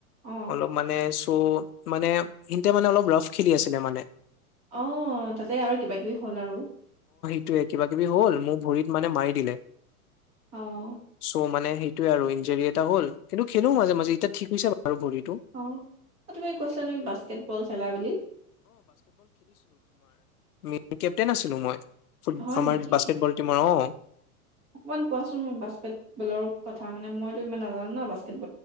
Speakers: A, on the right; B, on the left.
A: অ
B: অলপ মানে ত' মানে সিহতে মানে অলপ ৰাফ খেলি আছিলে মানে
A: আহ তাতে আৰু কিবা কিবি হ'ল আৰু
B: য়ে কিবা কিবি হ'ল মোক ভৰিত মানে মাৰি দিলে
A: অ
B: চোন মানে সেইটোয়ে আৰু ইঞ্জাৰি এটা হ'ল কিন্তু খেলো মাজে মাজে এতিয়া ঠিক হৈছে বাৰু ভৰিটো
A: অ তুমি কৈছিলা তুমি বাস্কেটবল খেলা বুলি
B: মই কেপ্টেইন আছিলো মই
A: হয়
B: আমাৰ
A: নেকি?
B: বাস্কেটবল টিমৰ অ
A: অকমান কোৱাচোন মোক বাস্কেট বলৰ কথা মানে মইতো ইমান নাজানো ন বাস্কেট